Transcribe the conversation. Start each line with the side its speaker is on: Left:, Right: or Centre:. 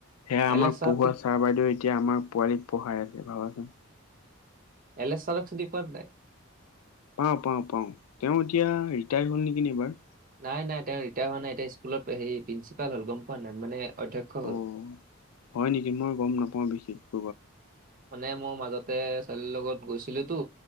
Left: সেয়া আমাক
Right: এল এছ ছাৰক
Left: পঢ়োৱা
Right: চি-
Left: ছাৰ বাইদেউ এতিয়া আমাৰ পোৱালী পঢ়াই আছে ভাবাচোন।
Right: এলেচ চাৰক চিনি পোৱানে নাই?
Left: পাওঁ -পাওঁ -পাওঁ -তেওঁ এতিয়া ৰিটায়াৰদ হল নেকি এইবাৰ
Right: নাই -নাই তেওঁ ৰিটায়াৰ হোৱা নাই এতিয়া স্কুলত হেৰি প্ৰিনচিপাল হল গম পোৱা নাই মানে অধ্যক্ষ হ'ল।
Left: অহ, হয় নেকি মই গম নাপাও বিশেষ <unintelligible>
Right: মানে মোৰ মাজতে ছোৱালী লগত গৈছিলো তো